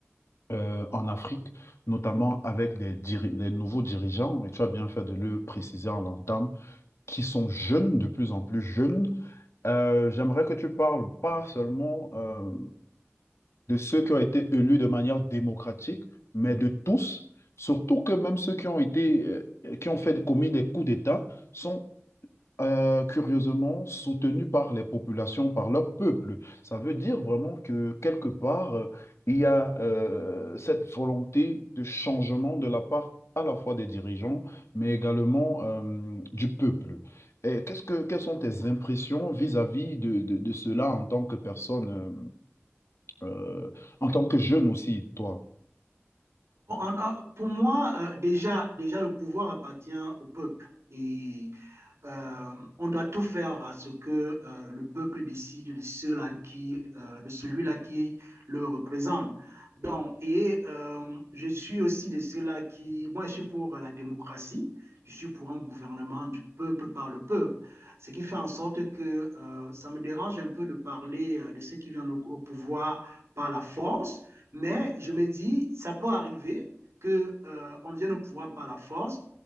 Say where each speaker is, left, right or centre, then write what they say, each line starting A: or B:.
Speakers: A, on the left; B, on the right.
A: euh, en Afrique, notamment avec des, diri- des nouveaux dirigeants, et tu as bien fait de le préciser en l'entame, qui sont jeunes, de plus en plus jeunes. Euh, j'aimerais que tu parles pas seulement euh, de ceux qui ont été élus de manière démocratique, mais de tous, surtout que même ceux qui ont été, euh, qui ont fait commis des coups d'État sont euh, curieusement soutenus par les populations, par leur peuple. Ça veut dire vraiment que quelque part, euh, il y a euh, cette volonté de changement de la part à la fois des dirigeants, mais également euh, du peuple. Et qu'est-ce que, quelles sont tes impressions vis-à-vis de, de- de cela en tant que personne euh, euh, en tant que jeune aussi, toi.
B: On a- pour moi, euh, déjà, déjà, le pouvoir appartient au peuple et euh, on doit tout faire à ce que euh, le peuple décide de ceux-là qui, euh, de celui-là qui le représente. Donc, et euh, je suis aussi de ceux-là qui, moi, je suis pour la démocratie. Je suis pour un gouvernement du peuple par le peuple, ce qui fait en sorte que euh, ça me dérange un peu de parler euh, de ceux qui viennent au au pouvoir par la force mais je me dis, ça peut arriver que euh, on vienne au pouvoir par la force,